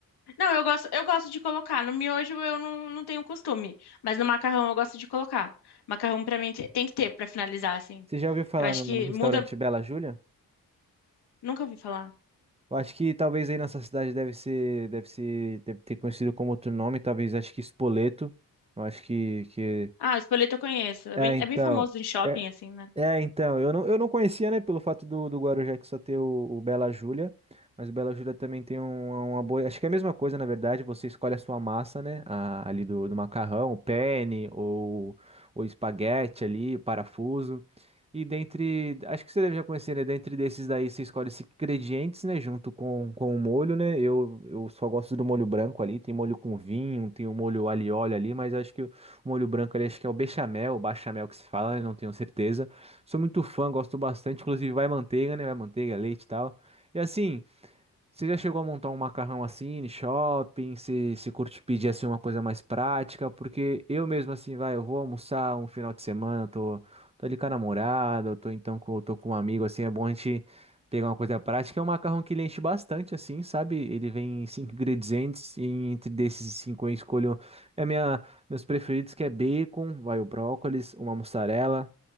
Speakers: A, on the left; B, on the right.
A: Não, eu gosto, eu gosto de colocar. No miojo eu não, não tenho costume. Mas no macarrão eu gosto de colocar. Macarrão pra mim te- tem que ter pra finalizar, assim.
B: Você já ouviu falar
A: Eu acho
B: no,
A: que
B: no restaurante
A: muda.
B: Bela Júlia?
A: Nunca ouvi falar.
B: Eu acho que talvez aí nessa cidade deve ser, deve ser, deve ter conhecido como outro nome, talvez acho que Espoleto. Eu acho que, que...
A: Ah, o espoleto eu conheço. É
B: É,
A: bem,
B: então.
A: é bem famoso em shopping,
B: é,
A: assim, né?
B: É, então, eu não, eu não conhecia, né, pelo fato do, do Guarujá que só ter o, o Bela Júlia, mas o Bela Júlia também tem um- uma boa, acho que é a mesma coisa, na verdade, você escolhe a sua massa, né, a- ali do, do macarrão, o penne, ou o espaguete ali, o parafuso, e dentre, acho que você deve já conhecer, né, dentre desses daí você escolhe os ingredientes, né, junto com, com o molho, né, eu, eu só gosto do molho branco ali, tem molho com vinho, tem o molho alho e óleo ali, mas acho que o molho branco ali, acho que é o bechamel, o bachamel que se fala, né, não tenho certeza, Sou muito fã, gosto bastante. Inclusive, vai manteiga, né? Vai manteiga, leite e tal. E assim, você já chegou a montar um macarrão assim, em shopping? Se, se curte pedir assim uma coisa mais prática? Porque eu mesmo, assim, vai, eu vou almoçar um final de semana, eu tô, tô ali com a namorada, eu tô então com, tô com um amigo, assim, é bom a gente pegar uma coisa prática. É um macarrão que ele enche bastante, assim, sabe? Ele vem em cinco ingredientes, e entre desses cinco eu escolho é minha, meus preferidos, que é bacon, vai o brócolis, uma mussarela